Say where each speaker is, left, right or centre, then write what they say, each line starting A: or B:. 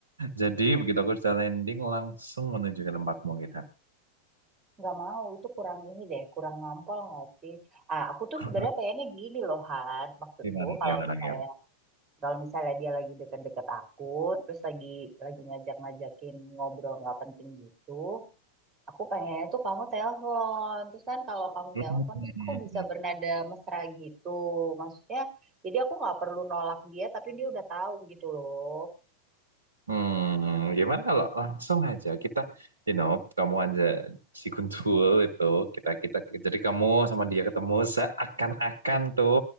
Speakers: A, on the right; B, on the right.
A: Jadi begitu aku sudah landing langsung menuju ke tempatmu kita.
B: Nggak mau, itu kurang ini deh, kurang nampol nggak sih? Ah, aku tuh
A: Kurang
B: sebenarnya
A: apa?
B: pengennya gini loh, Han. Maksudku
A: <laughs> Gimana
B: kalau
A: gimana
B: misalnya
A: gimana.
B: kalau misalnya dia lagi deket-deket aku, terus lagi lagi ngajak-ngajakin ngobrol nggak penting gitu, Aku pengennya tuh kamu telepon. Terus kan kalau kamu
A: <laughs>
B: telepon terus aku bisa bernada mesra gitu. Maksudnya jadi aku nggak perlu nolak dia tapi dia udah tahu gitu loh.
A: Hmm. Hmm, gimana kalau langsung aja kita, you know, kamu aja si Guntul itu kita kita jadi kamu sama dia ketemu seakan-akan tuh,